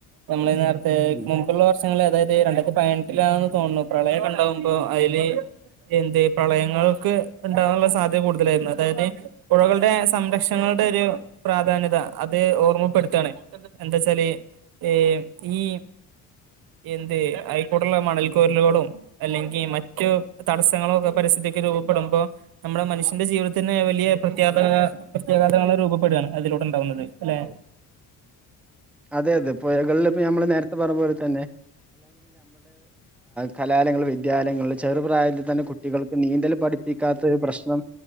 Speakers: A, on the right; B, in the centre.
A: നമ്മള നേ
B: ഉം
A: മുമ്പുള്ള വർഷങ്ങിൽ അതായത് രണ്ടായിരത്തി പതിനെട്ടിലാെന്ന് തോന്നുന്നു പ്രളയം കണ്ടാവുമ്പോൾ അതില് എന്ത്ഈ പ്രളയങ്ങൾക്ക് ഉണ്ടാകാനുള്ള സാധ്യത കൂടുതലായിരുന്നു അതായത് പുഴകളുടെ സംരക്ഷ ളുടെ ഒരു പ്രാധാന്യത അത് ഓർമ്മപ്പെടുത്തയാണ് എന്താ വച്ചാല് എ ഈ എന്തേ അയൽക്കൂട്ട <unintelligible> അല്ലെങ്കിൽ മറ്റ് തടസങ്ങൾ ഒക്കെ പരസ്യ ഇടയ്ക്ക് രൂപപ്പെടുമ്പോ നമ്മുടെ മനസിന്റെ ജീവിതത്തിന് വലിയ പ്രഖ്യാപ പ്രത്യാഘാതങ്ങൾ രൂപപ്പെടുകയാണ് അതിലോട്ടുണ്ടാവുന്നത് അല്ലെ
B: അതെ അതെ പുഴകളിൽ ഇപ്പ നമ്മള് നേരത്തെ പറഞ്ഞ കലാലങ്ങൾ വിദ്യാലയങ്ങളിൽ ചെറു പ്രായത്തിൽ തന്നെ കുട്ടികൾക്ക് നീന്തൽ പഠിപ്പിക്കാത്ത ഒരു പ്രശ്നം